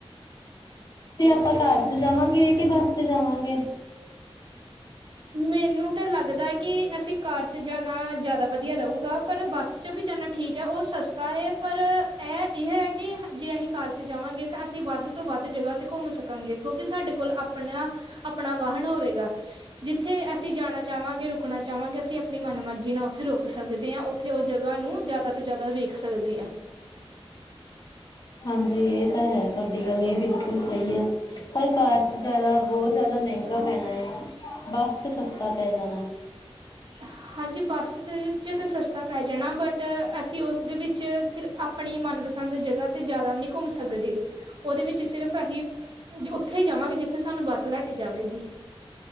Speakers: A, on the left; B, on the right.
A: ਤੇ ਆਪਾਂ ਕਾਰ ਚ ਜਾਵਾਂਗੇ ਕਿ ਬੱਸ ਚ ਜਾਵਾਂਗੇ
B: ਮੈਨੂੰ ਤਾਂ ਲੱਗਦਾ ਹੈ ਕਿ ਅਸੀਂ ਕਾਰ ਚ ਜਾਣਾ ਜ਼ਿਆਦਾ ਵਧੀਆ ਰਹੂਗਾ ਪਰ ਬੱਸ ਚ ਵੀ ਜਾਨਾ ਠੀਕ ਹੈ ਉਹ ਸਸਤਾ ਹੈ ਪਰ ਇਹ ਇਹ ਹੈ ਕਿ ਜੇ ਅਸੀਂ ਕਾਰ ਤੇ ਜਾਵਾਂਗੇ ਤਾਂ ਅਸੀਂ ਵੱਧ ਤੋਂ ਵੱਧ ਜਗ੍ਹਾ ਤੇ ਘੁੰਮ ਸਕ ਸਕਾਂਗੇ ਕਿਉਂਕਿ ਸਾਡੇ ਕੋਲ ਆਪਣਾ ਆਪਣਾ ਵਾਹਨ ਹੋਵੇਗਾ ਜਿੱਥੇ ਅਸੀਂ ਜਾਣਾ ਚਾਹਵਾਂਗੇ ਰੁਕਣਾ ਚਾਹਵਾਂਗੇ ਅਸੀਂ ਆਪਣੀ ਮਨ ਮਰਜ਼ੀ ਨਾਲ ਉੱਥੇ ਰੁਕ ਸਕਦੇ ਹਾਂ ਉੱਥੇ ਉਹ ਜਗ੍ਹਾ ਨੂੰ ਜ਼ਿਆਦਾ ਤੋਂ ਜ਼ਿਆਦਾ ਵੇਖ ਸਕਦੇ ਹਾਂ
A: ਹਾਂਜੀ ਇਹ ਤਾਂ ਹੈ ਤੁਹਾਡੀ ਗੱਲ ਇਹ ਬਿਲਕੁਲ ਸਹੀ ਆ ਪਰ ਕਾਰ ਚ ਜ਼ਿਆਦਾ ਬਹੁਤ ਜ਼ਿਆਦਾ ਮਹਿੰਗਾ ਪੈਣਾ ਹੈ ਬਸ ਚ ਸਸਤਾ ਪੈ ਜਾਣਾ
B: ਹ ਹਾਂਜੀ ਬੱਸ ਦੇ ਵਿੱਚ ਤਾਂ ਸਸਤਾ ਪੈ ਜਾਣਾ ਬਟ ਅਸੀਂ ਉਸਦੇ ਵਿੱਚ ਸਿਰ ਆਪਣੀ ਮਨਪਸੰਦ ਜਗ੍ਹਾ ਤੇ ਜ਼ਿਆਦਾ ਨਹੀਂ ਘੁੰਮ ਸਕਦੇ ਉਹਦੇ ਵਿੱਚ ਸਿਰਫ ਅਸੀਂ ਉੱਥੇ ਹੀ ਜਾਵਾਂਗੇ ਜਿੱਥੇ ਸਾਨੂੰ ਬੱਸ ਲੈ ਕੇ ਜਾਵੇਗੀ